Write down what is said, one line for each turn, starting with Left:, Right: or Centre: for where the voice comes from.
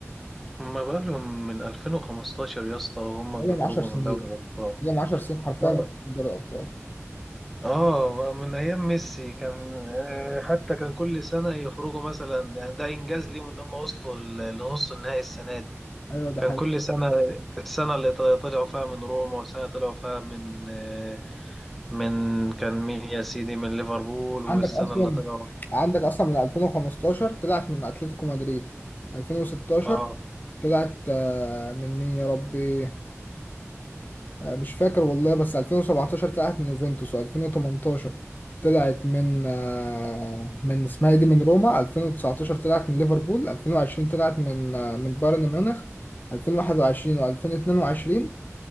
Centre: ما بالهم من 2015 يا اسطى وهم
Left: بقالهم
Centre: بيخرجوا
Left: 10 سنين
Centre: من دوري الأبطال
Left: بقالهم 10 سنين حرفيا
Centre: اه
Left: بيلعبوا دوري الابطال
Centre: آه، من أيام ميسي كان آه، حتى كان كل سنة يخرجوا مثلا يعني ده إنجاز ليهم إن هم وصلوا ل- لنص النهائي السنة دي
Left: ايوه ده
Centre: كان
Left: حقيقي
Centre: كل سنة السنة اللي طل- طلعوا فيها من روما والسنة طلعوا فيها من آه، من كان مين يا سيدي من ليفربول والسنة
Left: عندك اصلا
Centre: اللي طلعوا
Left: عندك اصلا من 2015 طلعت من اتلتيكو مدريد 2016
Centre: اه
Left: طلعت آه، من مين يا ربي آه، مش فاكر والله بس 2017 طلعت من يوفنتوس و2018 طلعت من آه، من اسمها إيه دي من روما 2019 طلعت من ليفربول 2020 طلعت من آه، من بايرن ميونخ 2021 و2022